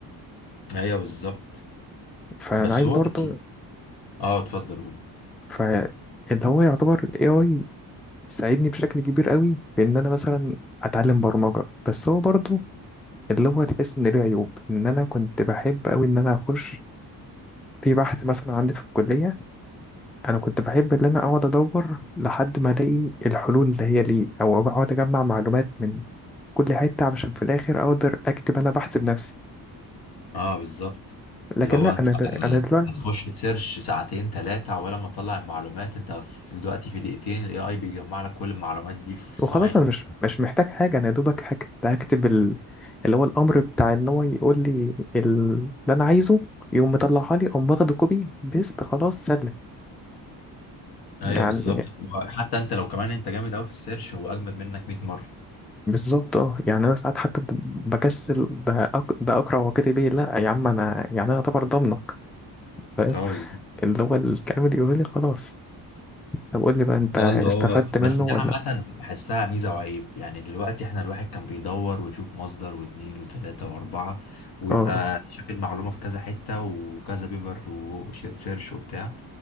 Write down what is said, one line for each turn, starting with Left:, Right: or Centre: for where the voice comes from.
Left: ايوه بالظبط
Centre: فانا
Left: بس
Centre: عايز
Left: هو
Centre: برضه
Left: يعني اه اتفضل قول
Centre: ف اللي هو يعتبر ال AI تساعدني بشكل كبير قوي في ان انا مثلا اتعلم برمجه بس هو برضو اللي هو تحس ان له عيوب ان انا كنت بحب قوي ان انا اخش في بحث مثلا عندي في الكليه انا كنت بحب ان انا اقعد ادور لحد ما الاقي الحلول اللي هي ليه او اقعد اجمع معلومات من كل حته علشان في الاخر اقدر اكتب انا بحث بنفسي
Left: اه بالظبط
Centre: لكن
Left: اللي هو
Centre: لا
Left: انت
Centre: انا انا دلوقتي
Left: هتخش تسيرش ساعتين ثلاثة ولا ما تطلع المعلومات انت في دلوقتي في دقيقتين الاي اي بيجمع لك كل المعلومات دي في
Centre: وخلاص
Left: ثواني
Centre: انا مش مش محتاج حاجه انا يا دوبك هكت- هكتب ال... اللي هو الامر بتاع ان هو يقول لي ال- اللي انا عايزه يقوم مطلعها لي او واخده كوبي بيست خلاص سلم
Left: ايوه
Centre: يعني
Left: بالظبط هو حتى انت لو كمان انت جامد قوي في السيرش هو اجمد منك 100 مرة
Centre: بالظبط اه يعني انا ساعات حتى ب- بكسل ده أق... ده اقرا وكاتب ايه لا يا عم انا يعني انا اعتبر ضمنك فاهم
Left: اه بالظبط
Centre: اللي هو الكلام اللي يقول لي خلاص طب قول لي بقى انت استفدت
Left: اه اللي هو
Centre: منه
Left: بس دي
Centre: ولا
Left: عامة
Centre: لا؟
Left: بحسها ميزة وعيب يعني دلوقتي احنا الواحد كان بيدور ويشوف مصدر واتنين وتلاتة واربعة ويبقى
Centre: اه اه
Left: شاف المعلومة في كذا حتة وكذا بيبر وسيرش وبتاع